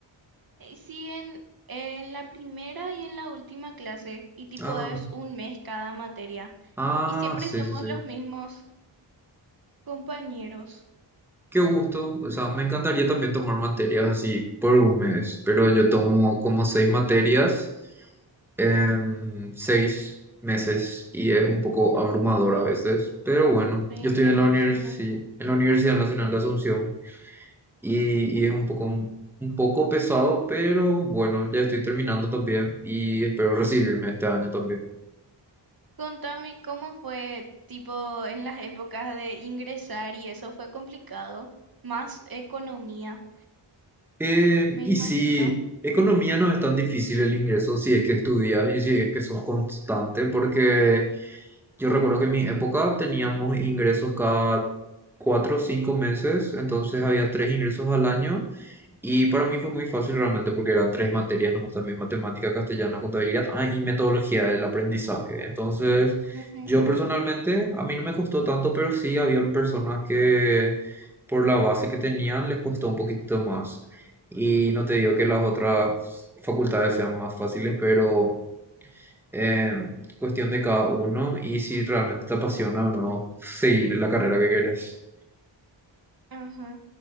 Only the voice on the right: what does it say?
Eh, Sí, en, en la primera y en la última clase, y tipo
es un mes cada materia,
y siempre
somos
los mismos compañeros.
Sí,
me
imagino.
Contame cómo fue, tipo, en las épocas de ingresar y eso fue complicado. Más economía,
me
imagino.
Ujú,
Ajá.